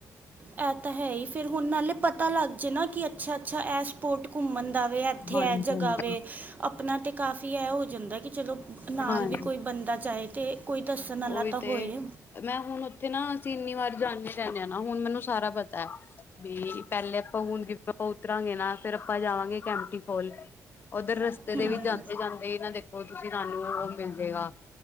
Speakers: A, on the right; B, on the left.
A: ਇਹ ਤਾਂ ਹੈ ਹੀ, ਫੇਰ ਹੁਣ ਨਾਲੇ ਪਤਾ ਲੱਗ ਜਾਏ ਨਾ ਕਿ ਅੱਛਾ-ਅੱਛਾ ਐਸ ਸਪੋਰਟ ਘੁੰਮਣ ਦਾ ਵੇ, ਇੱਥੇ
B: ਹਾਂਜੀ
A: ਹੈ ਜਗ੍ਹਾ
B: ਹਾਂਜੀ
A: ਵੇ। ਆਪਣਾ ਅਤੇ ਕਾਫ਼ੀ ਇਹ ਹੋ ਜਾਂਦਾ ਹੈ, ਕਿ ਚਲੋ ਨਾਲ
B: ਹਾਂਜੀ
A: ਵੀ ਕੋਈ ਬੰਦਾ ਜਾਏ, ਤੇ ਕੋਈ ਦੱਸਣ ਆਲਾ
B: ਉਹੀ
A: ਤਾਂ
B: ਤੇ
A: ਹੋਏ।
B: ਮੈਂ ਹੁਣ ਉੱਥੇ ਨਾ ਅਸੀਂ ਇੰਨੀ ਵਾਰ ਜਾਂਦੇ ਰਹਦੇ ਹਾਂ ਨਾ। ਹੁਣ ਮੈਨੂੰ ਸਾਰਾ ਪਤਾ ਹੈ ਵੀ ਪਹਿਲੇਾਂ ਆਪਾਂ ਹੁਣ <unintelligible> ਉਤਰਾਂਗੇ ਨਾ, ਫੇਰ ਆਪਾਂ ਜਾਵਾਂਗੇ ਕੈਂਟੀ ਫੋਲ। ਉੱਧਰ ਰਸਤੇ
A: ਹੂੰ
B: ਦੇ ਵੀ ਜਾਂਦੇ-ਜਾਂਦੇ ਇਹਨਾਂ ਦੇ ਉਹ ਤੁਸੀਂ ਸਾਨੂੰ ਉਹ ਮਿਲ ਜੇਗਾ